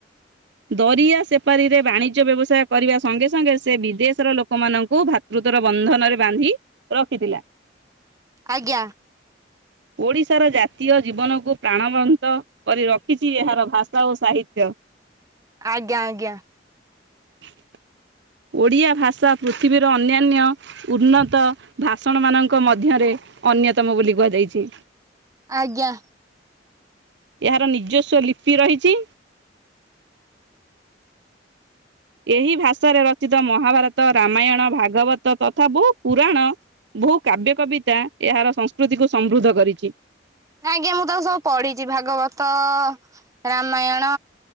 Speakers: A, on the right (about 65°); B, on the right (about 20°).
A: ଦରିଆ ସେପାରୀରେ ବାଣିଜ୍ୟ ବ୍ୟବସାୟ କରିବା ସଙ୍ଗେ ସଙ୍ଗେ ସେ ବିଦେଶର ଲୋକମାନଙ୍କୁ ଭ୍ରାତୃତ୍ୱର ବନ୍ଧନରେ ବାନ୍ଧି ରଖିଥିଲା।
B: ଆଜ୍ଞା।
A: ଓଡ଼ିଶାର ଜାତୀୟ ଜୀବନକୁ ପ୍ରାଣବନ୍ତ କରି ରଖିଛି ଏହାର ଭାଷା ଓ ସାହିତ୍ୟ।
B: ଆଜ୍ଞା ଆଜ୍ଞା।
A: <inaudible> ଓଡ଼ିଆ ଭାଷା ପୃଥିବୀର ଅନ୍ୟାନ୍ୟ ଉନ୍ନତ ଭାଷଣମାନଙ୍କ ମଧ୍ୟରେ ଅନ୍ୟତମ ବୋଲି କୁହାଯାଇଛି।
B: ଆଜ୍ଞା।
A: ଏହାର ନିଜସ୍ୱ ଲିପି ରହିଛି। ଏହି ଭାଷାରେ ରଚିତ ମହାଭାରତ ରାମାୟଣ ଭାଗବତ ତଥା ବହୁ ପୁରାଣ ବହୁ କାବ୍ୟ କବିତା ଏହାର ସଂସ୍କୃତିକୁ ସମୃଦ୍ଧ କରିଛି।
B: ଆଜ୍ଞା ମୁଁ ତ ସବୁ ପଢିଛି ଭାଗବତ ରାମାୟଣ